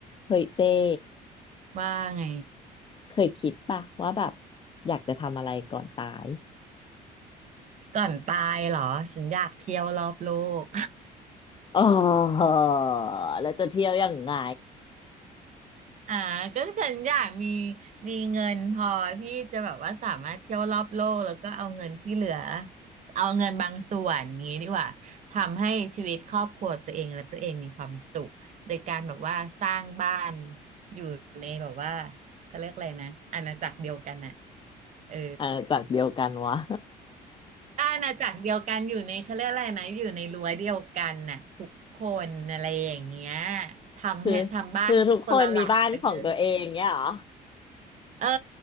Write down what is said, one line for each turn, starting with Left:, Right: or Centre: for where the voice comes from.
Left: เคยเจ้
Right: ว่าไง
Left: เคยคิดป่ะว่าแบบอยากจะทำอะไรก่อนตาย
Right: ก่อนตายเหรอฉันอยากเที่ยวรอบโลก
Left: อ๋อแล้วจะเที่ยวยังไง
Right: <laughs> อ่าก็ฉันอยากมีมีเงินพอที่จะแบบว่าสามารถเที่ยวรอบโลกแล้วก็เอาเงินที่เหลือเอาเงินบางส่วนนี้ดีกว่าทำให้ชีวิตครอบครัวตัวเองและตัวเองมีความสุขโดยการแบบว่าสร้างบ้านอยู่ในแบบว่าเขาเรียกอะไรนะอาณาจักรเดียวกันน่ะเออ
Left: เออจากเดียวกันวะ
Right: อาณาจักรเดียวกันอยู่ในเขาเรียกอะไรนะอยู่ในรั้วเดียวกันน่ะทุกคนอะไรอย่างเงี้ยทำให้ทำบ้านคนละหลังไปเลย
Left: <laughs> คือคือทุกคนมีบ้านของตัวเองเนี่ยเหรอ
Right: เออ